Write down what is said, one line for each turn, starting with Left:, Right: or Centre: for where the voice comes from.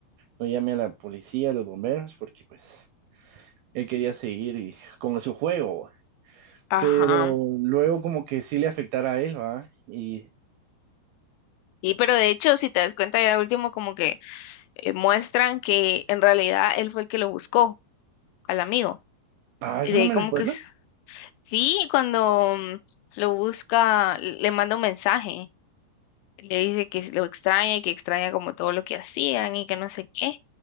Right: no llame a la policía, a los bomberos, porque pues él quería seguir y- con su juego, ¿va?
Left: ajá.
Right: pero luego como que sí le afectara a él, ¿va? Y,
Left: Sí, pero de hecho, si te das cuenta, ya de último como que eh, muestran que en realidad él fue el que lo buscó al amigo.
Right: ah,
Left: Y
Right: eso
Left: de
Right: no
Left: ahí
Right: me
Left: como
Right: recuerdo.
Left: que s- sí, cuando mm, lo busca, l- le manda un mensaje, le dice que lo extraña y que extraña como todo lo que hacían y que no sé qué.